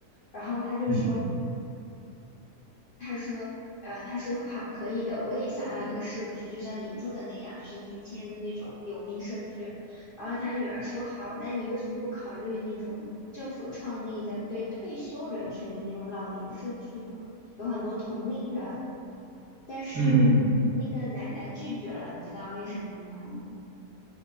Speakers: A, on the left; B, on the right.
A: 然后他就说。
B: 嗯
A: 他说，呃，他说好，可以的，我也想要一个社区，就像你住的那样，就是年轻人的那种游民社区。然后他女儿说好，但你为什么不考虑那种政府创立的对退休人群的那种老年社区呢？有很多同龄人，但是那个奶奶拒绝了，
B: 嗯嗯嗯，
A: 你知道为什么吗？